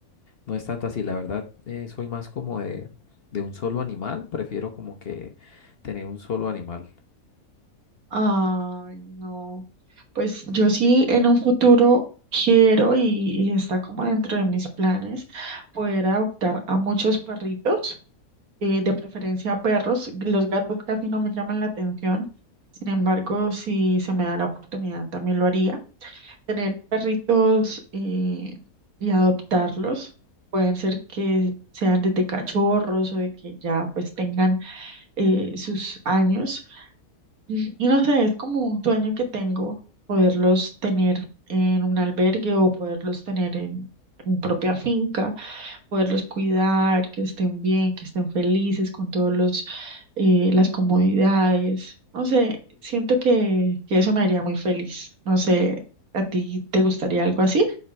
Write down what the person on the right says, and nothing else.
Ay, no. Pues yo sí en un futuro quiero y, y está como dentro de mis planes poder adoptar a muchos perritos, eh, de preferencia perros. Los gatos casi no me llaman la atención. Sin embargo, si se me da la oportunidad, también lo haría. Tener perritos eh, y adoptarlos. Pueden ser que sean desde cachorros o de que ya pues tengan eh, sus años y no sé, es como un sueño que tengo, poderlos tener en un albergue o poderlos tener en mi propia finca, poderlos cuidar, que estén bien, que estén felices con todos los, eh, las comodidades. No sé, siento que, que eso me haría muy feliz. No sé, ¿a ti te gustaría algo así?